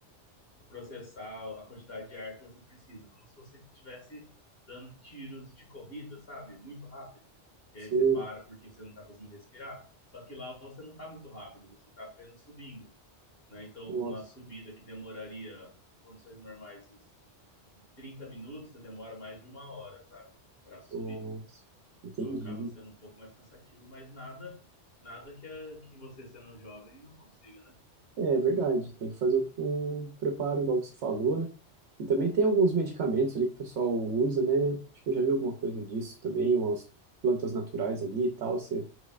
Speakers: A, on the left (about 55°); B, on the right (about 75°).
A: processar a quantidade de ar que você precisa, como se você estivesse dando tiros de corrida, sabe? Muito rápido. E
B: Sim,
A: aí você para porque você não está conseguindo respirar. Só que lá você não está muito rápido, você está apenas subindo, né? Então,
B: nossa,
A: uma subida que demoraria, em condições normais, uns 30 minutos, você demora mais de uma hora, sabe? Para subir.
B: nossa, entendi.
A: Então acaba sendo um pouco mais cansativo, mas nada, nada que a- que você sendo jovem não consiga, né?
B: É é verdade, tem que fazer o, o preparo, igual você falou, né? E também tem alguns medicamentos ali que o pessoal usa, né? Acho que eu já vi alguma coisa disso também, umas plantas naturais ali e tal, você